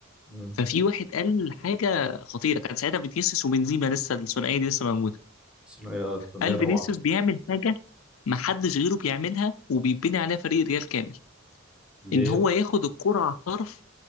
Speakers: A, in the centre; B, on the left.
A: مم.
B: ففي واحد قال حاجه خطيره كان ساعتها فينيسيوس وبنزيما لسه الثنائيه دي لسه موجوده
A: الثنائية الثنائية
B: قال
A: روعة
B: فينيسيوس بيعمل حاجه ما حدش غيره بيعملها وبيبني عليها فريق ريال كامل
A: اللي
B: ان هو
A: هي
B: ياخد الكرة على الطرف